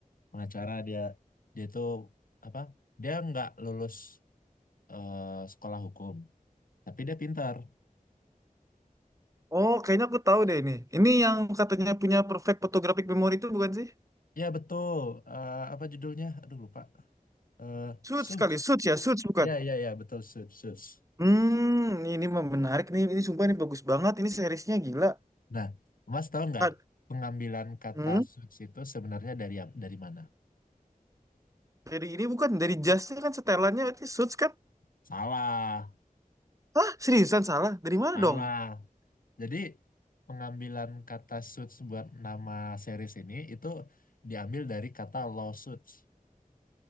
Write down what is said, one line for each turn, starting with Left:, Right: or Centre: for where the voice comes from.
Left: pengacara dia dia tuh apa dia nggak lulus eh, sekolah hukum tapi dia pintar.
Right: Oh, kayaknya aku tahu deh ini. Ini yang katanya punya perfect photographic memory itu bukan sih?
Left: Ya betul. Eh, apa judulnya? Aduh lupa. Eh
Right: Suits
Left: Suits.
Right: sekali, Suits ya, Suits bukan?
Left: Ya ya ya betul Suits Suits.
Right: Hmm, ini mah menarik nih. Ini sumpah ini bagus banget. Ini seriesnya gila.
Left: Nah, Mas tahu nggak
Right: Ah,
Left: pengambilan kata
Right: Hmm,
Left: Suits itu sebenarnya dari ap- dari mana?
Right: dari ini bukan dari jasnya kan setelannya berarti Suits kan?
Left: Salah,
Right: Hah, seriusan salah? Dari mana
Left: salah.
Right: dong?
Left: Jadi pengambilan kata Suits buat nama series ini itu diambil dari kata lawsuits.